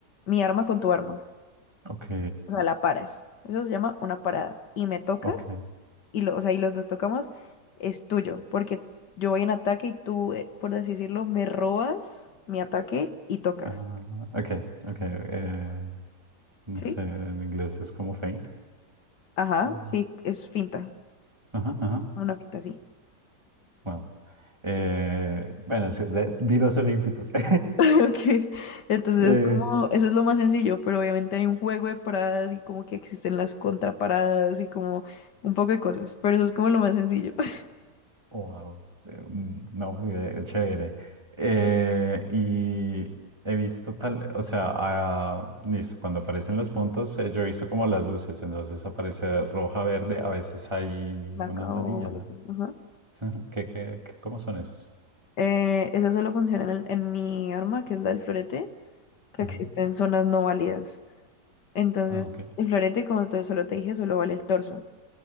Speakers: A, on the left; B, on the right.
A: mi arma con tu arma,
B: Ok.
A: o sea, la paras. Eso se llama una parada. Y me toca,
B: Ok.
A: y lo, o sea, y los dos tocamos, es tuyo, porque yo voy en ataque y tú, eh, por así decirlo, me robas mi ataque y tocas,
B: Ah, ok, ok. eh, no
A: ¿sí?
B: sé, en inglés es como faint.
A: Ajá,
B: eh,
A: sí, es finta,
B: ajá, ajá.
A: una finta, sí.
B: Wow. Eh, bueno, sí, de- vi los Olímpicos. <laughs>
A: Ok, entonces
B: Eh,
A: como eso es lo más sencillo, pero obviamente hay un juego de paradas y como que existen las contraparadas y como un poco de cosas, pero eso es como lo más sencillo. <laughs>
B: wow. eh, mm, no, eh, chévere. Eh, y he visto tal, o sea, ah, listo, cuando aparecen los puntos, eh, yo he visto como las luces, entonces aparece roja, verde, a veces hay
A: Blanca
B: una amarilla,
A: o variación,
B: ¿no?
A: ajá.
B: <laughs> ¿Qué, qué, qué- cómo son esos?
A: Eh, esa solo funciona en, el en mi arma, que es la del florete, que
B: Ajá.
A: existen zonas no válidas. Entonces,
B: Ah, ok.
A: el florete, como te- solo te dije, solo vale el torso.